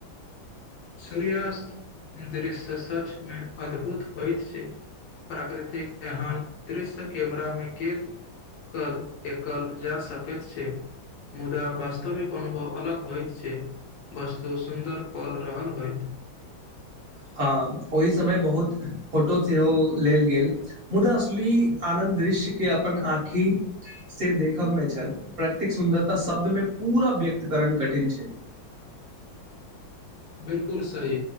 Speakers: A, on the left; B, on the right.
A: सूर्यस्त दृश्यच मे अद्भुत होइत छै प्राकृतिक एहन दृश्य कैमरा मे कैद कर एकल जा सकैत छै मुदा वास्तविक अनुभव अलग होय छै वस्तु सुन्दर पल रहन होइत
B: हँ ओहि समय बहुत फोटो सेहो लेल गेल मुदा असली आनन्द दृश्य के अपन आँखि से देखबमे छैल प्रकृतिक सुन्दरता शब्दमे पूरा व्यक्त करण कठिन छै
A: बिल्कुल सही